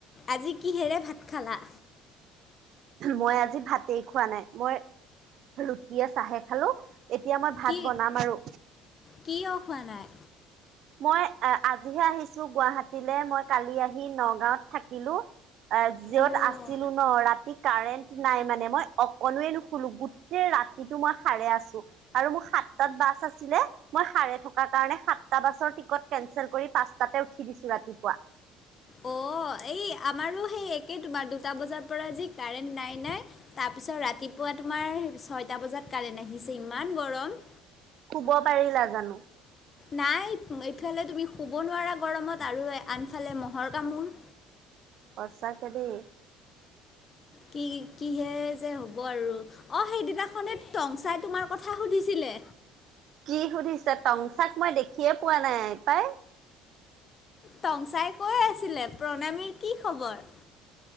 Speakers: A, on the left; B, on the right.
A: আজি কিহেৰে ভাত খালা?
B: মই আজি ভাতেই খোৱা। নাই মই ৰুটিয়ে চাহে খালো। এতিয়া মই ভাত
A: কি
B: বনাম আৰু।
A: কিয় খোৱা নাই?
B: মই আজিহে আহিছো গুৱাহাটীলৈ মই কালি আহি নগাঁত থাকিলো। অ যিঅত
A: অ',
B: আছ- ছিলো ন, ৰাতি কাৰেণ্ট নাই মানে মই অকনোৱে নুশুলো গোটেই ৰাতিটো মই সাৰে আছো। আৰু মোৰ সাতটাত বাছ আছিলে মই সাৰে থকা কাৰণে সাত- টা বাছৰ টিকট কেনচেল কৰি, পাঁচটাতে উঠি দিছো ৰাতিপুৱা।
A: অ এই আমাৰো সেই একে তোমাৰ দুটা বজাৰ পৰা যি কাৰেণ্ট নাই নাই। তাৰপিছত ৰাতিপুৱা তোমাৰ ছয়টা বজাত কাৰেণ্ট আহিছে ইমান গৰম।
B: শুব পাৰিলা জানো।
A: নাই এইফালে তুমি শুব নোৱাৰা গৰমত আৰু আনফালে মহ'ৰ কামোৰ।
B: সঁচাকে দেই।
A: কি কিহে যে হ'ব আৰু। অ সেইদিনাখনে টংচাই তোমাৰ কথা সুধিছিলে।
B: কি সুধিছে টংচাক মই দেখিয়ে পোৱা নাই পাই।
A: টংচাই কৈ আছিলে প্ৰণামীৰ কি খবৰ?